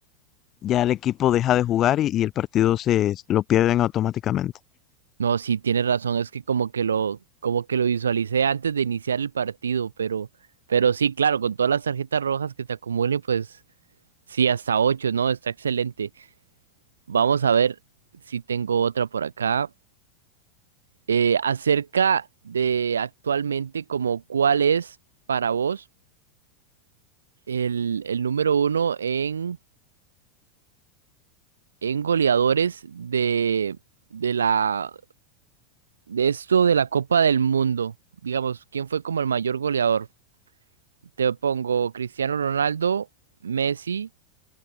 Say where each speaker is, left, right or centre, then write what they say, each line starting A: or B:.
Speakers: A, on the left (about 40°); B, on the right (about 85°).
A: ya el equipo deja de jugar y, y el partido se lo pierden automáticamente.
B: No, sí, tienes razón, es que como que lo, como que lo visualicé antes de iniciar el partido, pero, pero sí, claro, con todas las tarjetas rojas que te acumulen, pues sí, hasta ocho, ¿no? Está excelente. Vamos a ver si tengo otra por acá. Eh, acerca de actualmente, como cuál es para vos el, el número uno en, en goleadores de, de la, de esto de la Copa del Mundo. Digamos, ¿quién fue como el mayor goleador? te pongo Cristiano Ronaldo, Messi